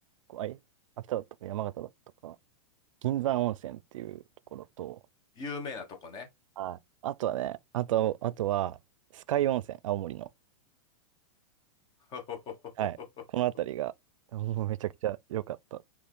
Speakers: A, on the right; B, on the left.
A: 個、あい秋田だったか山形だったか、銀山温泉っていうところと、
B: 有名なとこね。
A: はい。あとはね、あと、あとは、酸ヶ湯温泉、青森の。
B: <laughs>
A: はい。この辺りが、もうめちゃくちゃ良かった。